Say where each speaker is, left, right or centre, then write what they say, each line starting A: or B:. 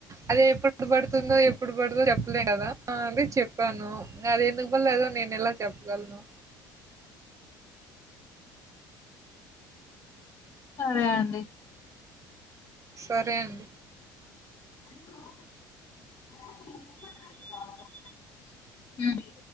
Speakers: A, on the right; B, on the left.
A: అది ఎప్పుడు ఎప్పుడు పడుతుందో ఎప్పుడు పడదో చెప్పలేం కదా ఆ అదే చెప్పాను అది ఎందుకు పడలేదో నేను ఎలా చెప్పగలను
B: సరే అండి
A: సరే అండి
B: ఉ